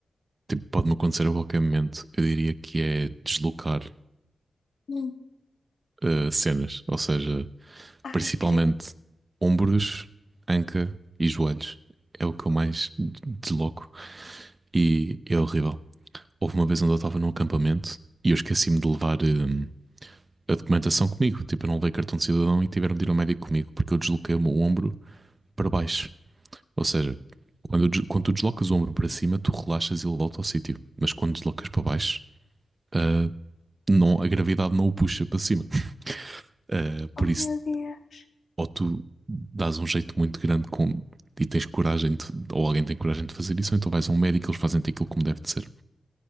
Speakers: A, on the right; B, on the left.
A: tipo, pode-me acontecer a qualquer momento. Eu diria que é deslocar
B: Hum.
A: eh, cenas, ou seja,
B: Ai,
A: principalmente
B: creio.
A: ombros, anca e joelhos. É o que eu mais d- desloco e é horrível. Houve uma vez onde eu estava num acampamento e eu esqueci-me de levar hum, a documentação comigo. Tipo, eu não levei cartão de cidadão e tiveram de ir ao médico comigo porque eu desloquei o meu ombro para baixo. Ou seja, quando, eu des- quando tu deslocas o ombro para cima, tu relaxas e ele volta ao sítio. Mas quando deslocas para baixo, ah, não, a gravidade não o puxa para cima. Ah, por
B: Oh
A: isso
B: meu Deus!
A: ou tu dás um jeito muito grande com, e tens coragem, de, ou alguém tem coragem de fazer isso, ou então vais a um médico, eles fazem-te aquilo como deve de ser.